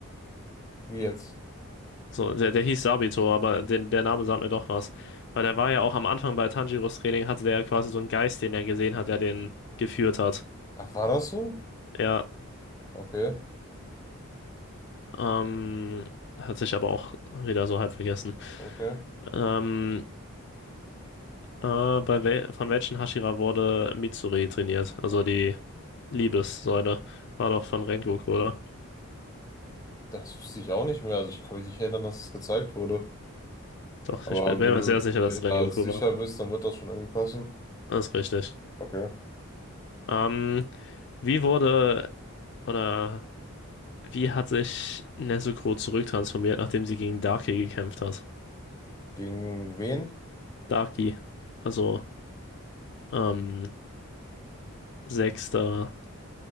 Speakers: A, on the left; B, on the left.
A: wie jetzt?
B: So, der, der hieß Sabito, aber den, der Name sagt mir doch was. Weil der war ja auch am Anfang bei Tanjiros Training, hatte der ja quasi so einen Geist, den er gesehen hat, der den geführt hat.
A: Ach, war das so?
B: Ja,
A: Okay,
B: ähm, hat sich aber auch wieder so halb vergessen.
A: okay.
B: Ähm, äh, bei wel von welchen Hashira wurde Mitsuri trainiert? Also die Liebessäule. War doch von Rengoku, oder?
A: Das wüsste ich auch nicht mehr. Also ich kann mich nicht erinnern, dass es gezeigt wurde.
B: Doch,
A: Aber
B: ich bin bin
A: wenn
B: mir
A: du
B: sehr sicher, dass
A: dir
B: es
A: da
B: Rengoku
A: sicher
B: war.
A: bist, dann wird das schon irgendwie passen.
B: Das ist richtig.
A: Okay.
B: Ähm, wie wurde oder wie hat sich Nezuko zurücktransformiert, nachdem sie gegen Darkie gekämpft hat?
A: Gegen wen?
B: Darkie, also ähm, sechster